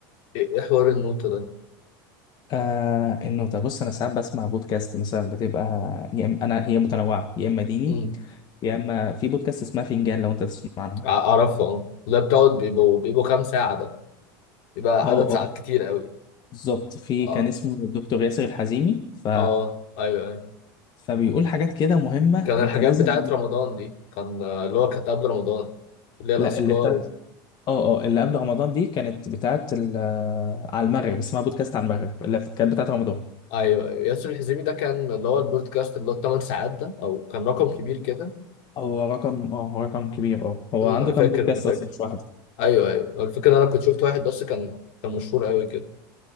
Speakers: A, on the left; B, on the left.
A: ايه إيه حوار النوتة ده
B: آه النوتة بص أنا ساعات بسمع بودكاست مثلا بتبقى يا إما أنا هي متنوعة يا إما ديني
A: مم.
B: يا إما في بودكاست اسمها فنجان لو أنت تسمع عنها
A: ع- اعرفه اه ده بتقعد بيبقوا بيبقوا كام ساعه ده بيبقى
B: اه
A: عدد ساعات كتير قوي
B: بالظبط في
A: اه
B: كان اسمه دكتور ياسر الحزيمي ف...
A: اه ايوه ايوه
B: فبيقول حاجات كده مهمة
A: كان
B: انت
A: الحاجات
B: لازم
A: بتاعت رمضان دي كان آه، اللي هو كانت قبل رمضان اللي هي الاذكار
B: لا اللي بتاعت
A: و...
B: اه اه اللي قبل رمضان دي كانت بتاعت ال... على المغرب اسمها بودكاست على المغرب اللي كانت بتاعت رمضان
A: ايوه ايوه ياسر الحزيمي ده كان اللي هو البودكاست اللي هو الثمان ساعات ده او كان رقم كبير كده
B: هو رقم اه هو رقم كبير اه هو
A: مم،
B: عنده
A: انا فاكر
B: كام بودكاست
A: انا فاكر
B: اصلا مش واحدة
A: ايوه ايوه الفكره إن انا كنت شفت واحد بس كان كان مشهور قوي كده